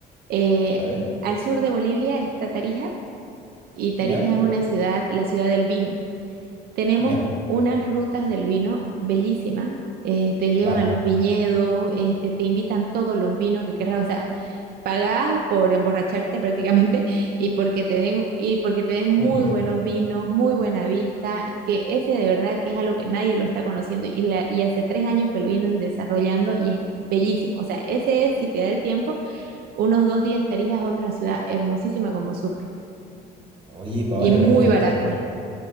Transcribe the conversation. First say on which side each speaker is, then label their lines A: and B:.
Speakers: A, on the right; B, on the right.
A: Eh,
B: ¿Vale?
A: al sur de Bolivia está Tarija y Tarija
B: ¿Ya?
A: es una ciudad, la ciudad del vino. Tenemos
B: Ya,
A: unas rutas del vino bellísimas. eh, te llevan
B: vale.
A: a los viñedos, este, te invitan todos los vinos que querrás. O sea, pagás por emborracharte <laughs> prácticamente y porque te den, y porque te den muy
B: Un tour.
A: buenos vinos, muy buena vista, que ese de verdad que es algo que nadie lo está conociendo y, la- y hace tres años que lo vienen desarrollando y es bellísimo. O sea, ese es, si te da el tiempo, unos dos días estarías a otra ciudad hermosísima como Sucre
B: Oye, Paola,
A: y muy
B: perfecto.
A: barata.
B: ¿sabes qué?